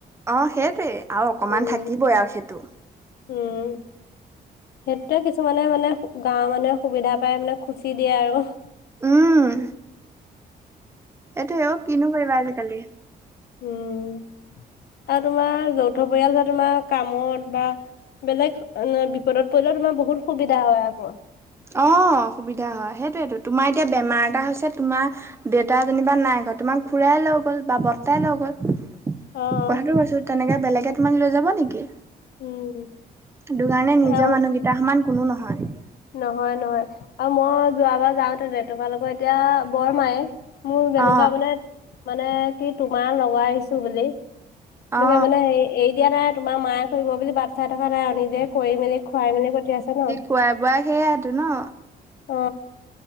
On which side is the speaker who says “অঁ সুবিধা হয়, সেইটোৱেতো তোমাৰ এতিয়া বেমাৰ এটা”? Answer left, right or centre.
Right